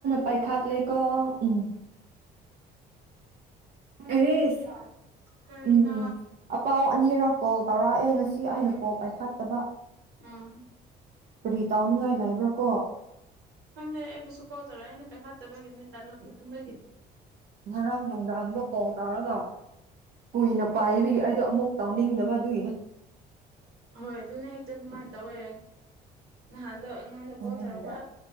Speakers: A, on the right; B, on the right.
A: ꯄꯩꯈꯥꯠ ꯂꯩꯀꯣ ꯎꯝ ꯑꯦꯔꯤꯁ
B: ꯀꯔꯤꯅ
A: ꯎꯝ ꯑꯄꯥꯥꯎ ꯑꯅꯤꯔꯛ ꯀꯣꯜ ꯇꯧꯔꯛꯑꯦ ꯉꯁꯤ ꯑꯩꯅ ꯀꯣꯜ ꯄꯥꯏꯈꯠꯇꯕ
B: ꯎꯝ
A: ꯀꯔꯤ ꯇꯧꯅꯤꯡꯉꯥꯏ ꯂꯩꯕ꯭ꯔꯥ ꯀꯣ
B: ꯈꯪꯗꯦ ꯑꯩꯕꯨꯁꯨ ꯀꯣꯜ ꯇꯧꯔꯛꯑꯦ ꯑꯩꯅ ꯄꯩꯈꯥꯠꯇꯕꯒꯤꯅꯦ ꯇꯜ ꯇꯟꯕꯒꯤ
A: ꯉꯔꯥꯡ ꯅꯨꯡꯗꯥꯡꯗꯣ ꯀꯣꯜ ꯇꯥꯔꯒ ꯀꯨꯏꯅ ꯄꯥꯏꯕꯤ ꯑꯩꯗꯣ ꯑꯃꯨꯛ ꯇꯥꯎꯅꯤꯡꯗꯕ ꯑꯗꯨꯒꯤꯅꯦ
B: ꯍꯣꯏ ꯑꯗꯨꯨꯅꯦ ꯍꯦꯛꯇ ꯑꯗꯨꯃꯥꯥꯏ ꯇꯧꯋꯦ ꯅꯍꯥꯟ ꯑꯗꯣ ꯑꯩꯉꯣꯟꯗ ꯀꯣꯜ
A: ꯅꯤꯡꯗꯦ
B: ꯇꯧꯔꯛꯄ